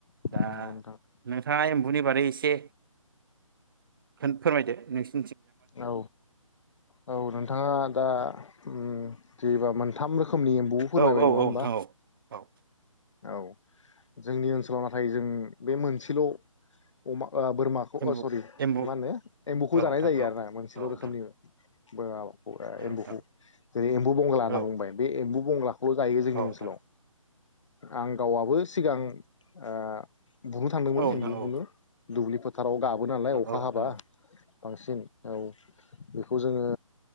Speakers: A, on the right; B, on the left.
A: दा
B: नंगौ नोंथां
A: नोंथाङा एम्बुनि बारै ए से खोन फोरमायदो नोंसि
B: औ औ नोंथाङा दा उम जेबा मोनथाम रो खोमनि एम्बु फोरमायबाय
A: औ औ
B: नङा
A: औ
B: होमबा
A: नोंथां औ औ
B: औ जोंनि ओनसोलाव नाथाय जों बे मोनसेल' अमा बोरमाखौ
A: एम्बु
B: सरि
A: एम्बु
B: मा होनो एम्बुखौ
A: औ नोंथां
B: जानाय जायो
A: औ
B: आरो मोनसेल'
A: औ नोंथां
B: रोखोमनि बोआव <unintelligible>
A: औ
B: एम्बुखौ
A: नोंथां
B: जेरै एम्बु बंगला होनना
A: औ
B: बुंबाय बे एम्बु बंगलाखौ जायो जोंनि
A: औ नोंथां
B: ओनसोलाव आं गावआबो सिगां ओ बुनो थांदोंमोन
A: औ नोंथां
B: एम्बु
A: औ
B: बुनो दुब्लि फो थाराव गाबोन नालाय अखा
A: औ नोंथां औ
B: हाबा
A: नोंथां
B: बांसिन औ बेखौ जोङो